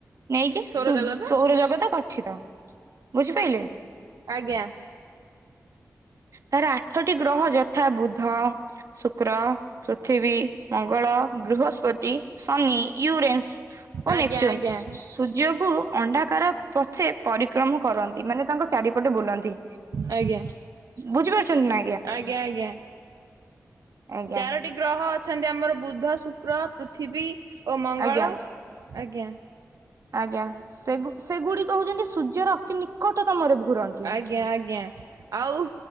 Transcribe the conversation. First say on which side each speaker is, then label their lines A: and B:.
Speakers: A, on the right; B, on the right.
A: ନେଇକି
B: ସୌର
A: ସୁଯ
B: ଜଗତ
A: ସୌର ଜଗତ ଗଠିତ। ବୁଝିପାରିଲେ
B: ଆଜ୍ଞା।
A: ତାର ଆଠଟି ଗ୍ରହ ଯଥା ବୁଧ ଶୁକ୍ର। ପୃଥିବୀ, ମଙ୍ଗଳ, ବୃହସ୍ପତି, ଶନି, ୟୁରେନ୍ସ। ଓ
B: ଆଜ୍ଞା
A: ନେପଚୁନ
B: ଆଜ୍ଞା
A: ସୂର୍ଯ୍ୟକୁ ଅଣ୍ଡା କାର ପଛେ ପରିକ୍ରମ କରନ୍ତି ମାନେ ତାଙ୍କ ଚାରିପଟେ ବୁଲନ୍ତି।
B: ଆଜ୍ଞା
A: ବୁଝିପାରୁଛନ୍ତି ନା
B: ଆଜ୍ଞା ଆଜ୍ଞା
A: ଆଜ୍ଞା
B: ଚାରୋ ଟି ଗ୍ରହ ଅଛନ୍ତି ଆମର ବୁଦ୍ଧ, ଶୁକ୍ର, ପୃଥିବୀ ଓ ମଙ୍ଗଳ
A: ଆଜ୍ଞା
B: ଆଜ୍ଞା।
A: ଆଜ୍ଞା ସେଗୁ-ସେଗୁଡିକ ହଉଚନ୍ତି ସୂର୍ଯ୍ୟର ଅତି ନିକଟତମରେ ଘୁର
B: ଆଜ୍ଞା ଆଜ୍ଞା ଆଉ